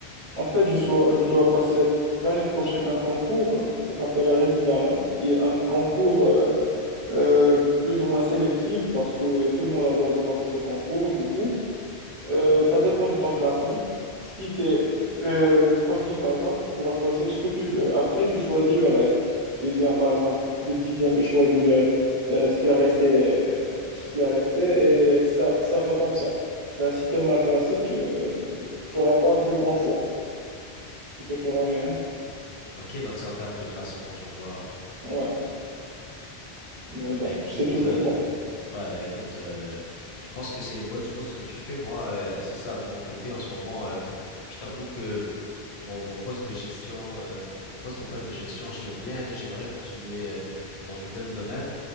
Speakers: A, on the right; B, on the left.
A: En fait, je sois- je dois passer l'année prochaine un concours, euh, ça s'appelle la Residana, qui est un concours euh, euh, plus ou moins sélectif parce que tout le monde a le droit de passer ce concours, du coup. Euh, ça dépend de ton classement. Si tu es le premier, par exemple, tu pourras choisir ce que tu veux. Après, tu choisis le reste. Deuxième, par exemple, le dixième, il choisit le, euh, ce qui a resté, euh, ce qui a resté, et ça, ça va comme ça. Ben, si tu es mal classé, tu n'auras pas un plus grand choix plutôt torarien.
B: Ok, donc c'est en termes de classement, je vois.
A: Ouais, mais bon,
B: Eh, Écoute,
A: je sais toujours
B: euh,
A: pas.
B: Ouais, bah écoute, euh, je pense que c'est une bonne chose que tu fais. Moi, euh, c'est ça, de mon côté, en ce moment, euh, je t'avoue que hum, mon, mon poste de gestion, euh, mon poste en termes de gestion, je l'aime bien et j'aimerais continuer euh, dans le même domaine.